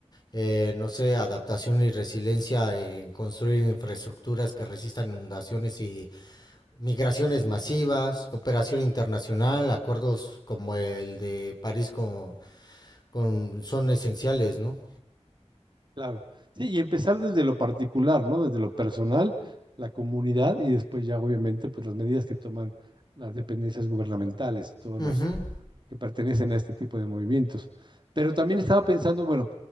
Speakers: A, on the left (about 35°); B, on the right (about 45°).
A: eh, no sé, adaptación y resiliencia en construir infraestructuras que resistan inundaciones y migraciones masivas, cooperación internacional, acuerdos como el de París con con, son esenciales, ¿no?
B: Claro. Sí, y empezar desde lo particular, ¿no? Desde lo personal, la comunidad y después ya obviamente pues las medidas que toman las dependencias gubernamentales, todos
A: Ujú,
B: los que pertenecen a este tipo de movimientos. Pero también estaba pensando, bueno,